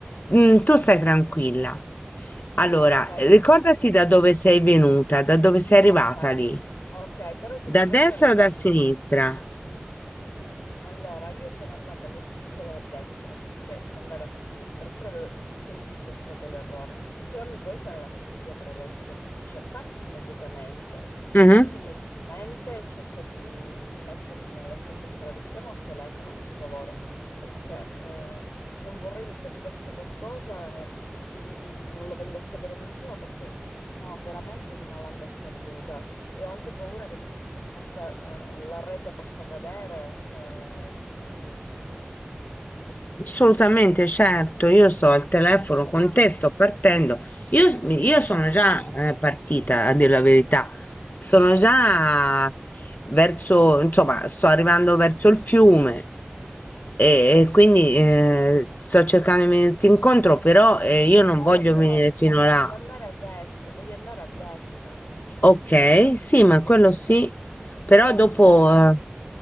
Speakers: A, on the left; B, on the left.
A: mm, tu stai tranquilla. Allora,
B: Ok,
A: ricordati
B: quindi tu...
A: da dove sei venuta, da dove sei arrivata
B: Ok,
A: lì.
B: ok, però tu mi
A: Da
B: puoi
A: destra
B: fare la
A: o da sinistra?
B: Allora, io sono andata allo svincolo a destra anziché andare a sinistra. e Credo che lì sia stato l'errore. Però mi puoi fare la cortesia per adesso? Cioè, parti immediatamente.
A: Mhm.
B: Parti immediatamente e cerca di, di metterti nella stessa strada. Stiamo al telefono, per favore, perché eh, non vorrei mi capitasse qualcosa e eh, non lo venga a sapere nessuno perché sono veramente in una landa sperduta e ho anche paura che possa- eh, la rete possa cadere, eh, quindi...
A: Assolutamente, certo, io sto al telefono con
B: Ah,
A: te,
B: sì,
A: sto partendo.
B: sì, sì.
A: Io, s- mi- io sono già eh, partita, a dire la verità. Sono
B: Ok,
A: già verso, insomma, sto arrivando verso il fiume e,
B: ok.
A: e quindi eh, sto cercando di venirti incontro, però eh,
B: Devi
A: io
B: andare
A: non voglio
B: a destra,
A: venire fino là.
B: devi andare a destra, devi andare a destra.
A: Ok, sì, ma quello sì,
B: Eh, Sì,
A: però
B: Però
A: dopo...
B: scusa.
A: eh,